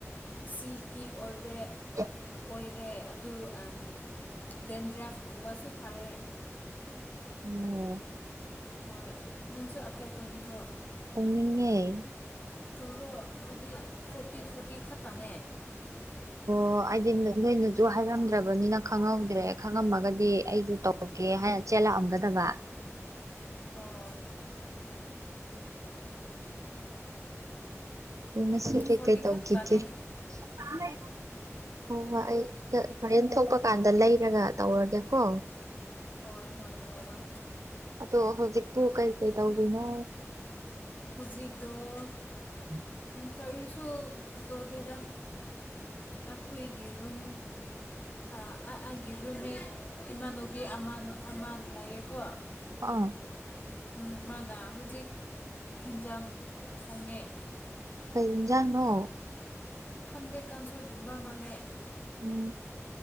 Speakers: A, on the left; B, on the right.
A: ꯁꯤꯜꯀꯤ ꯑꯣꯏꯕ
B: <unintelligible>
A: ꯑꯣꯏꯔꯦ ꯑꯗꯨ ꯑꯝ ꯗꯦꯟꯗ꯭ꯔꯥꯏꯐꯀꯨꯝꯕꯁꯨ ꯐꯥꯔꯦ꯫
B: ꯎꯝ꯫
A: ꯍꯣꯏ ꯅꯪꯁꯨ ꯑꯦꯄ꯭ꯂꯥꯏ ꯇꯧꯅꯤꯡꯕ꯭ꯔꯣ꯫
B: ꯄꯨꯨꯡꯅꯤꯡꯑꯦ꯫
A: ꯇꯧꯔꯣ ꯑꯗꯨꯗꯤ ꯐꯣꯔꯇꯤ-ꯐꯣꯔꯇꯤ ꯈꯛꯇꯅꯦ꯫
B: ꯑꯣ ꯑꯩꯗꯤ ꯅꯣꯏꯅꯁꯨ ꯍꯥꯏꯔꯝꯗ꯭ꯔꯕꯅꯤꯅ ꯈꯪꯍꯧꯗ꯭ꯔꯦ ꯈꯪꯉꯝꯑꯒꯗꯤ ꯑꯩꯁꯨ ꯇꯧꯒꯦ ꯍꯥꯏꯔ ꯆꯦꯜꯂꯥꯛꯑꯝꯒꯗꯕ꯫
A: ꯑꯣ
B: ꯃꯁꯤ ꯀꯩ
A: ꯐꯣꯔꯇꯤ
B: ꯀꯩ ꯇꯧꯈꯤꯒꯦ꯫
A: ꯈꯛꯇꯅꯦ
B: ꯍꯣꯏ ꯍꯣꯏ ꯑꯩ ꯍꯣꯔꯦꯟ ꯊꯣꯛꯄ ꯀꯥꯟꯗ ꯂꯩꯔꯒ ꯇꯧꯔꯒꯦꯀꯣ꯫
A: ꯍꯣꯏ ꯍꯣꯏ ꯇꯧꯔꯣ꯫
B: ꯑꯗꯣ ꯍꯧꯖꯤꯛꯄꯨ ꯀꯩꯀꯩ ꯇꯧꯕꯤꯅꯣ꯫
A: ꯍꯧꯖꯤꯛꯗꫭ
B: ꯎꯝ꯫
A: ꯀꯔꯤꯁꯨ ꯇꯧꯗꯦꯗ ꯑꯈꯣꯏꯒꯤ ꯔꯨꯝ ꯑ ꯑ ꯑꯩꯒꯤ ꯔꯨꯝꯃꯦꯠ ꯏꯃꯥꯟꯅꯨꯕꯤ ꯑꯃ ꯑꯃꯥꯟ ꯂꯩꯌꯦꯀꯣ꯫
B: ꯑꯥ꯫
A: ꯝ ꯃꯥꯅ ꯍꯧꯖꯤꯛ ꯍꯦꯟꯖꯥꯡ ꯊꯣꯡꯉꯦ꯫
B: ꯀꯩ ꯍꯤꯟꯖꯥꯡꯅꯣ꯫
A: ꯈꯟꯗꯦ ꯀꯥꯟꯁꯣꯏꯒꯨꯝꯕ ꯃꯥꯜꯂꯦ꯫
B: ꯎꯝ꯫